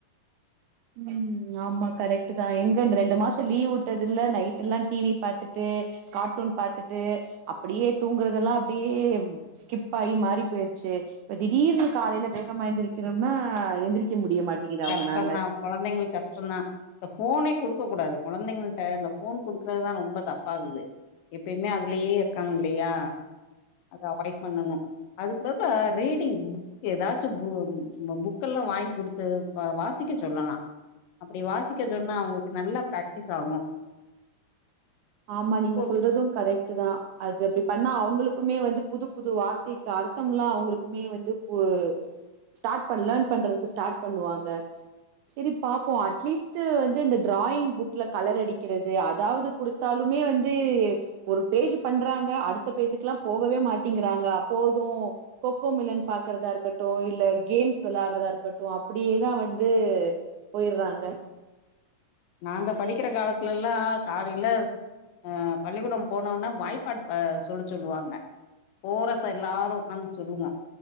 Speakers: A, on the right; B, on the left.
A: ம் ஆமா கரெக்ட்தா எங்க இந்த ரெண்டு மாச லீவ் விட்டது இல்ல நைட்டு் எல்லா டிவி பாத்துட்டு கார்ட்டூன் பாத்துட்டு அப்டியே தூங்குறதெல்லா அப்டியே ஸ்கிப் ஆகி மாறி போயிருச்சு இப்ப திடீர்னு காலைல வேகமா எந்திரக்கணும்னா எந்திரிக்க முடியமாட் ட்டிக்குதா அவங்கனால
B: கஷ்டந்தா கொழந்தைங்களுக்கு கஷ்டம்தா இந்த ஃபோனே குடுக்கக் கூடாது கொழந்தைங்கள்ட்ட அந்த ஃபோன் குடுக்கறதுதா ரொம்ப தப்பாகுது எப்பயுமே அதுலயே இருக்காங்க இல்லையா அத அவாய்ட் பண்ணணு அதுக்குள்ளதா ரீடிங் ஏதாச்சு பு பு புக்கு எல்லா வாங்கி குடுத்து அ வாசிக்கச் சொல்லலா அப்டி வாசிக் க்க சொன்னா அவங்களுக்கு நல்லா பிராக்டிஸ் ஆகு
A: ஆமா நீங்க
B: ஸ்கூல்
A: சொல்றதும் கரெக்ட்தா அது அப்டி பண்ணா அவங்களுக் க்குமே வந்து புது புது வார்த்தைக்கு அர்த்தமலா அவங்களுக்குமே வந்து ப்ப ஸ்டார்ட் பண் லேர்ன் பண்றதுக்கு ஸ்டார்ட் பண்ணுவாங்க செரி பாப்போ அட்லீஸ்ட் வந்து இந்த டிராயிங் புக்ல கலர் அடிக்கிறது அதாவது குடுத்தாலுமே வந்து ஒரு பேஜ் பண்றாங்க அடுத்த பேஜுக்கல்லா போகவே மாட்டிங்கிறாங்க போது கொக்கோ மில்லன் பாக்குறதா இருக்கட்டு இல்ல கேம்ஸ் வெளையாடுறதா இருக்கட்டு அப்படியேதா வந்து போயர்றாங்க
B: நாங்க படிக்கிற காலத்துல எல்லாம் காலையில ஆஹ் பள்ளிக்கூடம் போனோம்னா வாய்ப்பாடு சொல்ல சொல்லுவாங்க போரரச எல்லாரும் உட்காந்து சொல்லுவோம்